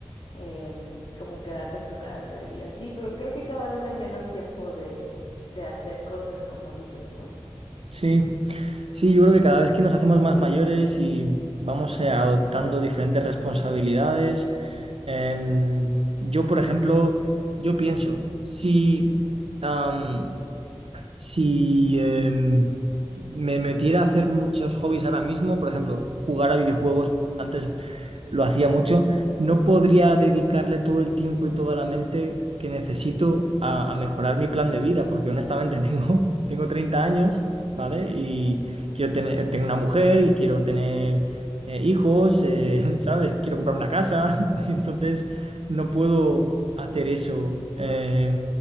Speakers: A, on the left; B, on the right.
A: em, como quedarte en tu casa y así, pero creo que cada vez hay menos tiempo de, de hacer cosas como dices, ¿no?
B: Sí, sí, yo creo que cada vez que nos hacemos más mayores y vamos eh, adoptando diferentes responsabilidades, em, yo, por ejemplo, yo pienso, si, am, Si eh, me metiera a hacer muchos hobbies ahora mismo, por ejemplo, jugar a videojuegos, antes lo hacía mucho, no podría dedicarle todo el tiempo y toda la mente que necesito a, a mejorar mi plan de vida, porque honestamente <laughs> tengo, tengo 30 años, ¿vale? Y quiero tener, tengo una mujer y quiero tener eh, hijos, eh, <laughs> ¿sabes? Quiero comprarme una casa, <laughs> entonces no puedo hacer eso. eh,